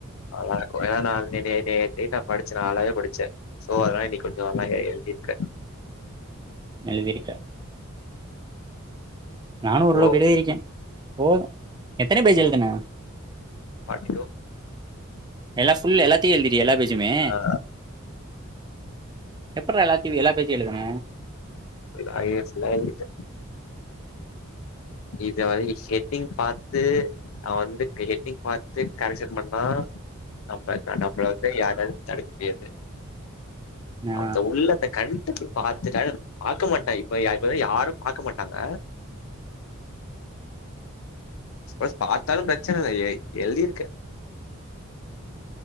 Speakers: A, on the left; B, on the right.
A: நல்லா இருக்கு. அ நா நே நே நே நே நைட்டு நா படிச்ச நானாவே படிச்சே சோ அதெல்லா இன்னிக் கொஞ்சோ நல்லா எழுதிருக்கே
B: எழுதிருக்கே நானு ஒரளவுக்கு
A: சோ
B: எழுதிருக்கே போது எத்தன பேஜ் எழுதுன
A: ஃபார்ட்டி டூ
B: எல்லா ஃபுல் எல்லாத்தியு எழுதீட்டியா எல்லா பேஜுமே
A: ஆ
B: எப்புட்றா எல்லாத்தையு எல்லா பேஜ் எழுதுன
A: லையர்ஸ் லைன் விட்டு இத வந்து ஹெட்டிங் பாத்து அவ வந்து ஹெட்டிங் பாத்து கரெக்சன் பண்ணா நம்ம நம்ள வந்து யாராலயு தடுக்கவே முடியாது
B: நா
A: அவ உள்ளத்த கண்டெ பாத்துட்டா பாக்க மாட்டாங். இப்ப யா யாரு பாக்க மாட்டாங்க அ சப்போஸ் பார்த்தாலு பிரச்சண இல்ல. எழுதி இருக்கே